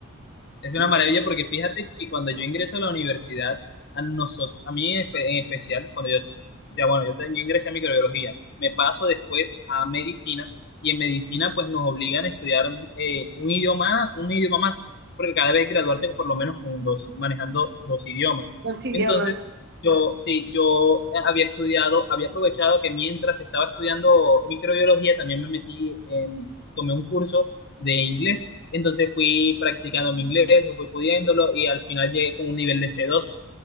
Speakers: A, on the left; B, on the right.
A: Es una
B: son
A: maravilla porque fíjate que cuando yo ingreso a la universidad, a nosotros, a mí en espe- en especial, cuando yo, ya bueno, yo, te- yo ingresé a microbiología, me paso después a medicina y en medicina pues nos obligan a estudiar eh, un idioma, un idioma más, porque cada vez graduarte por lo menos con dos, manejando dos idiomas.
B: dos idiomas.
A: Entonces, yo, sí, yo había estudiado, había aprovechado que mientras estaba estudiando microbiología, también me metí en, tomé un curso de inglés. Entonces fui practicando mi inglés, fui pudiéndolo y al final llegué con un nivel de c dos